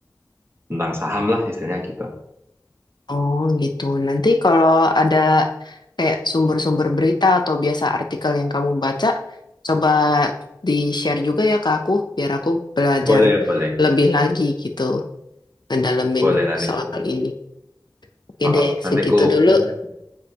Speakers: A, on the right; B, on the left.
A: tentang saham lah istilahnya gitu.
B: Oh gitu. Nanti kalau ada kayak sumber-sumber berita atau biasa artikel yang kamu baca, coba di-share juga ya ke aku, biar aku belajar
A: Boleh, boleh.
B: lebih lagi gitu, ngedalemin
A: Boleh nanti
B: soal
A: ku,
B: ini. Oke
A: oh,
B: deh,
A: oh, nanti
B: segitu
A: ku
B: dulu.
A: apa?